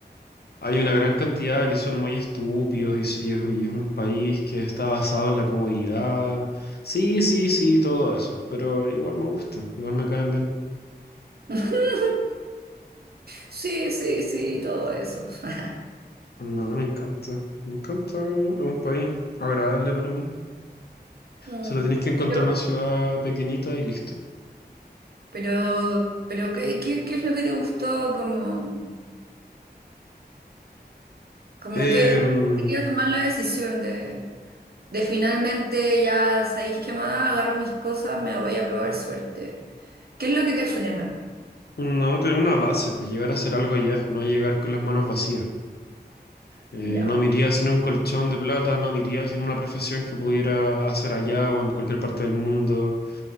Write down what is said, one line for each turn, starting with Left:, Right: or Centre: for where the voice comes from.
Left: hay una gran cantidad que son muy estúpidos y, s- y es, y es un país que está basado en la comodidad. Sí, sí, sí, todo eso. Pero igual me gusta, igual me caen bien.
Right: <laughs> Sí, sí, sí, todo eso. <laughs>
Left: No, me encanta. Me encanta, es un es un país agradable para mí.
Right: Mm.
Left: Solo tienes que encontrar
Right: Pero,
Left: una ciudad pequeñita y listo.
Right: pero, pero ¿qué, qué, qué es lo que te gustó? Como, como
Left: Em,
Right: que quería tomar la decisión de, De finalmente ya sabéis qué más, agarro mis cosas, me voy a probar suerte. ¿Qué es lo que te frena?
Left: no, tener una base, pues llegar a hacer algo allá, no llegar con las manos vacías. Eh,
Right: Ya,
Left: no me iría sin un colchón de plata, no me iría sin una profesión que pudiera hacer allá o en cualquier parte del mundo.